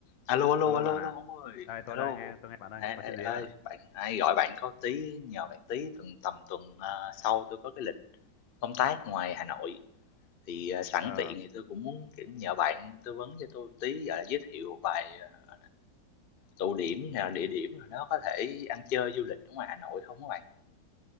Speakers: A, on the left (about 45°); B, on the left (about 85°).
A: alo alo
B: Alo
A: alo
B: bạn
A: alo
B: à,
A: ông ơi
B: đây tôi
A: alo
B: đây nghe tôi nghe bạn đây,
A: ê,
B: có chuyện
A: ê,
B: gì
A: ê,
B: ấy bạn?
A: bạn ai gọi bạn có tí nhờ bạn tí tuần tầm tuần ờ, sau tôi có cái lịch công tác ngoài Hà Nội thì ờ, sẵn
B: Ờ,
A: tiện thì tôi cũng muốn kiểu nhờ bạn tư vấn cho tôi tí gọi là giới thiệu vài ờ, tụ điểm hay là địa điểm nào đó có thể ăn chơi du lịch ở ngoài Hà Nội không các bạn